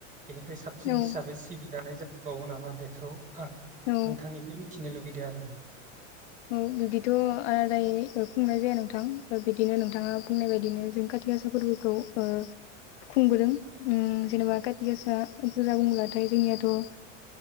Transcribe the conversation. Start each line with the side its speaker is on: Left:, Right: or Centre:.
Right: बेनिख्रुइ साबसिन
Left: औ
Right: हिसाबै सिबिजानाय बावो नामा बेखौ आं
Left: औ
Right: नोंथांनिफ्राय मिथिनो लुगैदो आरो
Left: औ बिदिथ' आलादायै ओ खुंनाय जाया नोंथां। बिदिनो नोंथाङा बुंनाय बायदिनो जों खाथि काथि गासा फोरबोखौ ओ खुंबोदों उम जेनेबा काथि गासा फुजा बुंब्लाथाय जोंनियाथ' ओ